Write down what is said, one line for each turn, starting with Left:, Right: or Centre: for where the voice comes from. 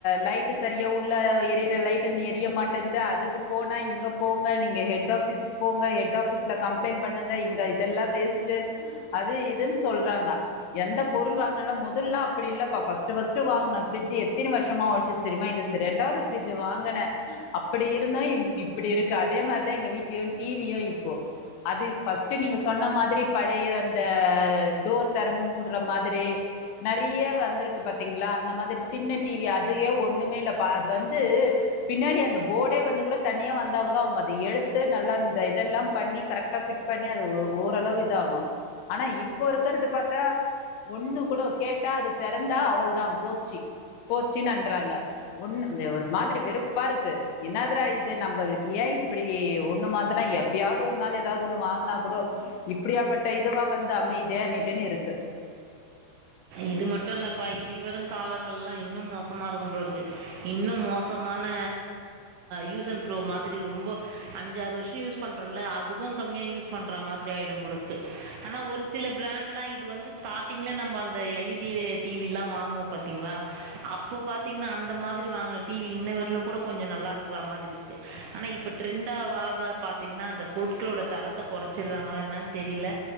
Left: லைட்டு சரியா உள்ள எரியற லைட்டு எரிய மாட்டேது அதுக்கு போனா இங்க போங்க நீங்க ஹெட் ஆபீஸ்கு போங்க ஹெட் ஆபீஸ்ல கம்ப்ளைண்டட் பண்ணுங்க இங்க இதெல்லாம் வேஸ்ட்ட் அது இதுன்னு சொல்றாங்க எந்த பொருள் வாங்கினாலும் முதல்லல்லாம் அப்படி இல்லப்பா பர்ஸ்டு ஃபர்ஸ்டு வாங்னது ஃப்ரிட்ஜ் எத்தனை வருஷமா ஒழச்சுச்சு தெரியுமா இது ரெண்டாவது ஃப்ரிட்ஜ் வாங்குன அப்படி இருந்தோ இப்படி இருக்கு அதே மாதிரிதான் எங்க வீட்லயும் டிவியும் இப்போ அது ஃபர்ஸ்ட் நீங்க சொன்ன மாதிரி பழைய அந்த டோர் திறந்து மூடுற மாதிரி நிறைய வந்திருக்கு பாத்தீங்களா அந்த மாதிரி சின்ன டிவி அதயே ஒண்ணுமே இல்லைப்ப அது வந்து பின்னாடி அந்த போர்டே வந்து கூட தனியா வந்தா கூட அவங்க அதை எடுத்து நல்லா அந்த இதெல்லாம் பண்ணி கரெக்டா ஃபிட் பண்ணி அது ஓரளவு இத ஆகும் ஆனா இப்போ இருக்கறத பாத்தா ஒண்ணு கூட கேட்டா அது திறந்தா அவ்ளதான் போச்சு போச்சுனன்றாங்க ஒண்ணு ஒரு மாதிரி வெறுப்பா இருக்கு என்னாதிரா இது நம்மளுக்கு ஏன் இப்படி ஒண்ணு மாத்தனா எப்பயாவது ஒரு நாள் ஏதாவது ஒண்ணு வாங்கினா கூட இப்படியாப்பட்ட இதுவா வந்து அமையுதே அண்ணிட்டுன்னு இருக்கு
Right: இது மட்டும் இல்லப்பா இனி வரும் காலங்கள்ல்லாம் இன்னும் மோசமா இருக்கும் போல இருக்கு இன்னும் மோசமான் யூஸ் அண்ட் த்ரோ மாதிரி ரொம்ப அஞ்சாறு வருஷம் யூஸ் பண்றோம்ல அதுக்கும் கம்மியா யூஸ் பண்ற மாதிரி ஆயிடும் போல இருக்கு ஆனா ஒரு சில பிராண்ட்லாம் இது வந்து ஸ்டார்ட்டிங்ல நம்ம இந்த எல் இ டி டிவிலா வாங்குவோம் பாத்தீங்களா அப்போ பாத்தீங்கன்னா அந்த மாதிரி வாங்கின டிவி இன்னவரிலும் கூட கொஞ்சம் நல்லா இருக்கிற மாதிரி இருக்கு ஆனா இப்போ ட்ரெண்டாவாகா பாத்தீங்கன்னா அந்த பொருட்களோட தரத்தை குறைச்சிடறாங்களா என்னனு தெரியல